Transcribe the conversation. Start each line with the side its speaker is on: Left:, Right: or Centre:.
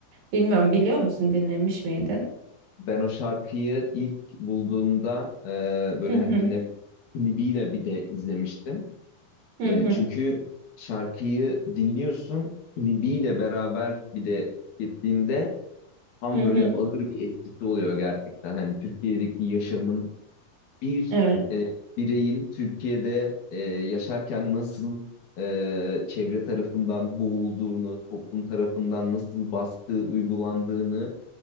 Right: Bilmiyorum biliyor musun dinlemiş miydin?
Left: Ben o şarkıyı ilk bulduğumda e, böyle
Right: Hı
Left: hani
Right: hı
Left: dinle klibiyle bir de izlemiştim.
Right: hı
Left: E,
Right: hı
Left: çünkü şarkıyı dinliyorsun, klibiyle beraber bir de gittiğinde tam
Right: hı
Left: böyle
Right: hı.
Left: ağır bir etkisi oluyor gerçekten. Hani Türkiye'deki yaşamın bir
Right: Evet.
Left: e, bireyin Türkiye'de e, yaşarken nasıl e, çevre tarafından boğulduğunu, toplum tarafından nasıl baskı uygulandığını